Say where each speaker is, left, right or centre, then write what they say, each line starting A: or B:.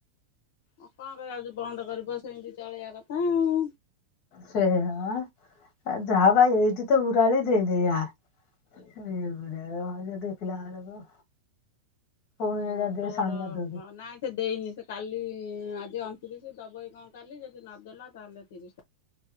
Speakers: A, on the left (about 60°); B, on the left (about 35°).
A: ଆଉ କଣ କରିବା ଆଉ ବନ୍ଦ କରିବ ସେମିତି ଚଳେଇବା କଥା ଆଉ।
B: ସେୟା ପା ଯାହା ଭାଇ ଏଇଠି ତ ଉରାାଳି ଦେଇଦେଇ ଆ। ସେ <unintelligible> ଦେଖିଲା ବେଳକୁ ପୁଣି
A: ଗଁ
B: ଏଇଟା
A: ଷ୍ଟୋର
B: ଦେ ସାମ୍ନା ଦଉଡି
A: କଂ ନାଇଁ ସେ ଦେଇନି ସେ କାଲି ଆଜି ଅଣତିରିଶ ଦବ କି କଣ କାଲି ଯଦି ନଦେଲା ତାହେଲେ ତିରିଶି ତା